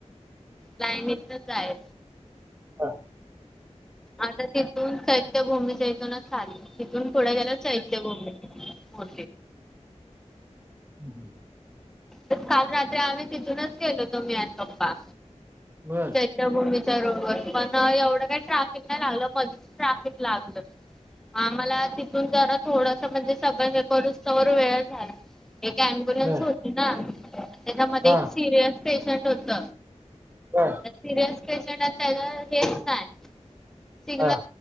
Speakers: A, in the centre; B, on the right.
A: लाईनतलंच आहे
B: ह ह
A: आता तिथून सैत्य भूमच्या इथूनच चालेल तिथून थोड्या गेल्याच ऐक गोम हो
B: हम्
A: काल रात्री आम्ही तिथूनच गेलो होतो मी आणि पप्पा
B: बर
A: चच्याभूमीच्या ररोबर पण एवढं काही ट्राफिक नाही लागलं मगच ट्राफिक लागलं आम्हाला तिथून जरा थोडस म्हणजे सगळ्यां जकरुस्वर वेळ झाला एक अम्बुलन्स
B: बर
A: होती ना त्याच्यामध्ये
B: हा
A: एक सिरियस पेशंट होत
B: ह
A: सर पें नाही नाही
B: हा